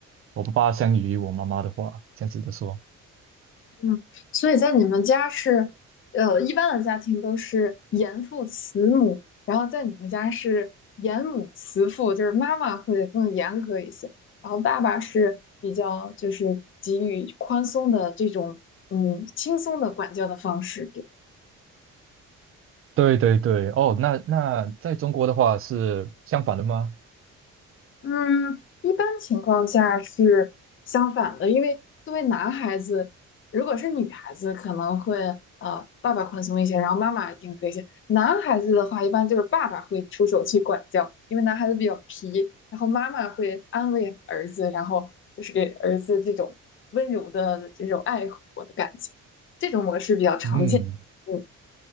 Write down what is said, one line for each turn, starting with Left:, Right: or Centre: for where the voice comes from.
Right: 我爸爸相比于我妈妈的话，这样子的说。
Left: 嗯，所以在你们家是，呃，一般的家庭都是严父慈母，然后在你们家是严母慈父，就是妈妈会更严格一些，然后爸爸是比较就是给予宽松的这种，嗯，轻松的管教的方式，
Right: 对对对，哦，那那在中国的话是相反的吗？
Left: 嗯，一般情况下是相反的，因为作为男孩子，如果是女孩子，可能会呃爸爸宽松一些，然后妈妈严格一些。男孩子的话，一般就是爸爸会出手去管教，因为男孩子比较皮，然后妈妈会安慰儿子，然后就是给儿子这种温柔的这种爱护的感觉，这种模式比较常见。
Right: 嗯。
Left: 嗯，